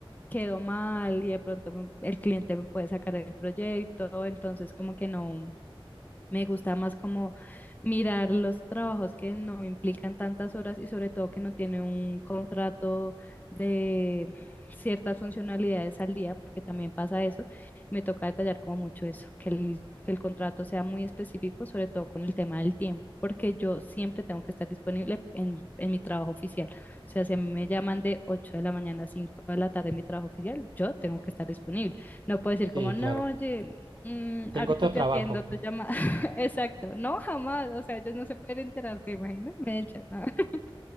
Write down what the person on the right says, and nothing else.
Sí,
claro.
Tengo
otro
trabajo